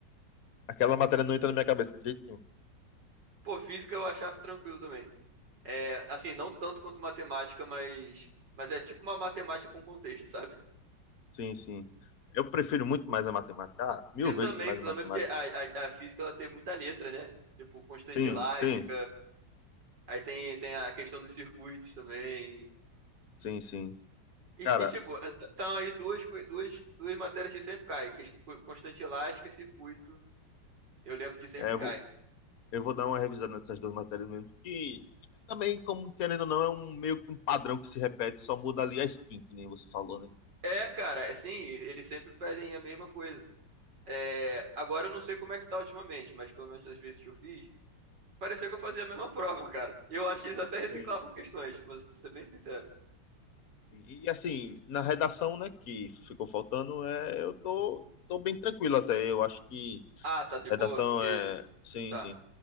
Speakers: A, on the left; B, on the right.
A: Aquela matéria não entra na minha cabeça de jeito nenhum.
B: Pô, física eu achava tranquilo também. É, assim, não tanto quanto matemática, mas, mas é tipo uma matemática com contexto, sabe?
A: Sim, sim. Eu prefiro muito mais a matemática. Ah, mil
B: Eu
A: vezes
B: também,
A: mais
B: também
A: a matemática.
B: porque a, a, a física ela tem muita letra, né? Tipo, constante
A: Sim,
B: elástica,
A: sim,
B: aí tem, tem a questão dos circuitos também.
A: sim, sim.
B: E,
A: Cara,
B: e, tipo, estão aí duas, coi- duas, duas matérias que sempre caem, que é co- constante elástica, e circuito. Eu lembro que sempre
A: É,
B: cai.
A: eu vou, eu vou dar uma revisada nessas duas matérias mesmo, que também, como querendo ou não, é um meio que um padrão que se repete, só muda ali a skin, que nem você falou, né?
B: É, cara, é sim, eles sempre pedem a mesma coisa. É, agora eu não sei como é que tá ultimamente, mas pelo menos nas vezes que eu fiz, parecia que eu fazia a mesma <laughs> prova, cara. E Eu acho que eles até reciclavam
A: Sim.
B: questões, vou s- ser bem sincero.
A: E assim, na redação, né, que ficou faltando, é, eu tô, tô bem tranquilo até. Eu acho que
B: Ah, tá de boa,
A: redação
B: porque.
A: é, sim,
B: Tá.
A: sim,